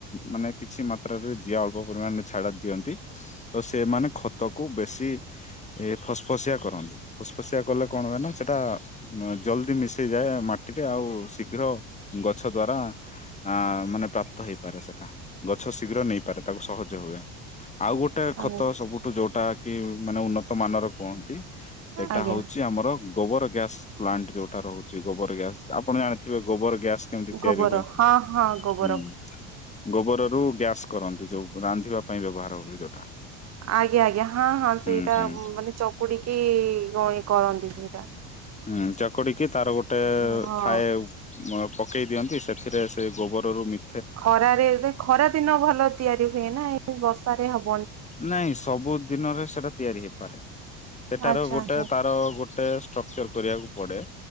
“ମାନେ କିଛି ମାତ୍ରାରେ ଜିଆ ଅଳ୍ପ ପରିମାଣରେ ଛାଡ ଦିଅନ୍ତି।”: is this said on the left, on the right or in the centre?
Left